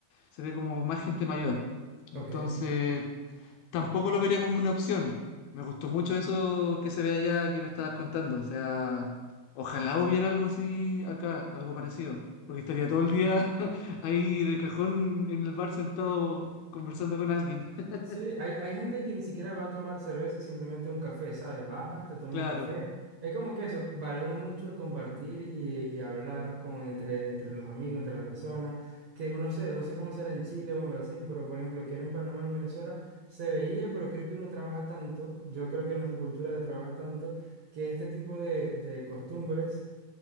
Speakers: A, on the left; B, on the right.
A: Se ve como más gente mayor. Entonces,
B: Ok.
A: tampoco lo vería como una opción. Me gustó mucho eso que se ve allá que me estabas contando. O sea, ojalá hubiera algo así acá, algo parecido. Porque estaría todo el día <laughs> ahí de cajón en el bar sentado conversando con alguien. <laughs>
B: Sí, hay, hay gente que ni siquiera va a tomar cerveza, simplemente un café, ¿sabes? Bajas, te tomas
A: Claro.
B: un café. Es como que eso, valoro mucho el compartir y, y hablar con, entre, entre los amigos, entre las personas, que bueno, no sé, no sé cómo será en Chile o en Brasil, pero por ejemplo, que era en Panamá y en Venezuela, se veía, pero creo que uno trabaja tanto, yo creo que nuestra cultura de trabajar tanto, que este tipo de, de costumbres